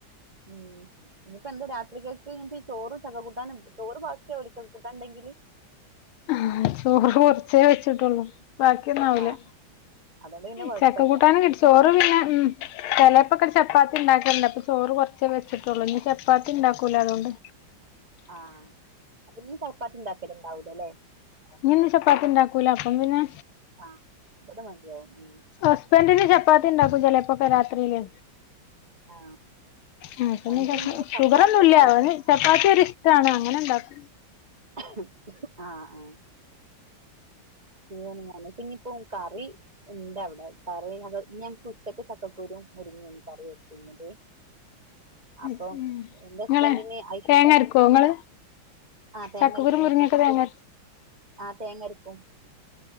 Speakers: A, on the right; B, on the left.
A: ഉം ഇനിയിപ്പോ എന്താ രാത്രികക്ക് ങ്ങക് ചോറും ചക കൂട്ടാനും ചോറ് ബാക്കി ആവുലേ ചക്ക കൂട്ടാൻണ്ടെങ്കില്.
B: ആഹ് ചോറ് കുറച്ചേ വെച്ചിട്ടൊള്ളൂ. ബാക്കിയൊന്നാവൂല
A: ആ അതുകൊണ്ട് പിന്നെ കുഴപ്പമില്ല
B: ചക്ക കൂട്ടാനും കിട്ടിച്ചോറ് പിന്നെ ഉം ചെലേപ്പൊക്കെ ചപ്പാത്തി ഇണ്ടാക്കല്ണ്ട് അപ്പൊ ചോറ് കുറച്ചേ വെച്ചിട്ടുള്ളൂ ഇനി ചപ്പാത്തി ഇണ്ടാക്കൂല അതുകൊണ്ട്.
A: ആഹ് അപ്പൊ ഞ്ഞി ചപ്പാപ്പത്തി ഇണ്ടാക്കെല് ണ്ടാവുലെല്ലെ.
B: ഇനിന്ന് ചപ്പാത്തി ഉണ്ടാക്കൂല അപ്പം പിന്നെ.
A: ആഹ് ഇവിടെ മതിയാവും ഉം
B: ഹസ്ബൻറ്റിന് ചപ്പാത്തി ഉണ്ടാക്കും ചിലപ്പോഴൊക്കെ രാത്രിയില്.
A: ആ
B: ഉം പ്പനി
A: ഞങ്ങൾക്ക്
B: ചപ്പാ
A: പിന്നെ ഇവിടെ ചപ്പാത്തി
B: ഷുഗറൊന്നും
A: ഒന്നും
B: ഇല്ല
A: ആർക്കും
B: <unintelligible> ചപ്പാത്തി ഒരി ഇഷ്ടാണ് അങ്ങനെണ്ടാക്ക.
A: ആഹ് ആഹ് ഉം ഞൻ പിന്നപ്പോ കറി ഇണ്ട് അവടെ കറി ഞങ്ങ ഞ്ഞിങ്ങക്ക് ഉച്ചക്ക്. ച ക്കുരു മുരുങ്ങീ കറി വെച്ചിരുന്നത്. അപ്പൊ
B: നിങ്ങള്
A: എന്റെ ഹസ്ബൻറ്റ്ന് അയിഷ്ടല്ല.
B: തേങ്ങ അരക്കുവോ നിങ്ങള്
A: ആഹ് തേങ്ങരക്കും
B: ചക്കക്കുരു മുരിങ്ങൊക്കെ
A: ചക്ക
B: തേങ്ങ
A: കുരു ആഹ് തേങ്ങ രക്കും.